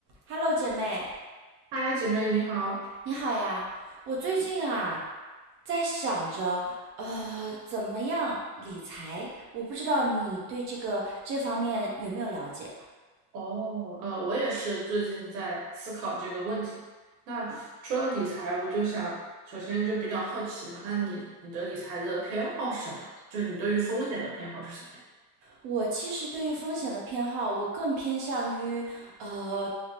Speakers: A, on the right (about 25°); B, on the right (about 80°).
A: Hello，姐妹，
B: 嗨，姐妹你好。
A: 你好呀！我最近啊在想着，呃，怎么样理财？我不知道你对这个这方面有没有了解？
B: 哦，呃，我也是最近在思考这个问题。那说到理财，我就想首先就比较好奇嘛，那你你的理财的偏好是什么样的？就是你对于风险的偏好是什么样
A: 我其实对于风险的偏好，我更偏向于呃